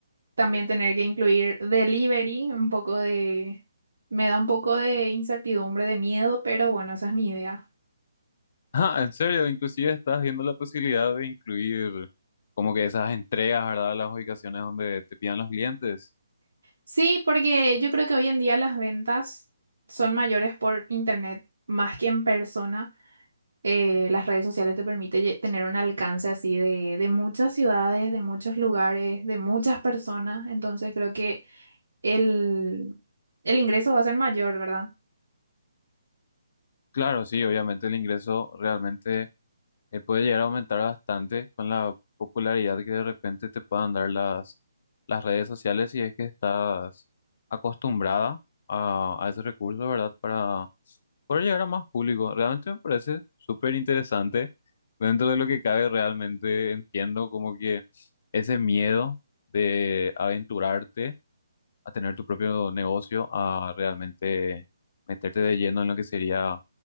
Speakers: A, on the right; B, on the left.
A: también tener que incluir delivery, un poco de... Me da un poco de incertidumbre, de miedo, pero bueno, esa es mi idea.
B: <laughs> ah, en serio, inclusive estás viendo la posibilidad de incluir como que esas entregas, ¿verdad? Las ubicaciones donde te pidan los clientes.
A: Sí, porque yo creo que hoy en día las ventas son mayores por internet más que en persona. Eh, las redes sociales te permite lle- tener un alcance así de, de muchas ciudades, de muchos lugares, de muchas personas. Entonces creo que el, el ingreso va a ser mayor, ¿verdad?
B: Claro, sí, obviamente el ingreso realmente eh, puede llegar a aumentar bastante con la popularidad que de repente te puedan dar las, las redes sociales si es que estás acostumbrada a, a esos recursos, ¿verdad? Para poder llegar a más público. Realmente me parece súper interesante. Dentro de lo que cabe, realmente entiendo como que ese miedo de aventurarte a tener tu propio negocio, a realmente meterte de lleno en lo que sería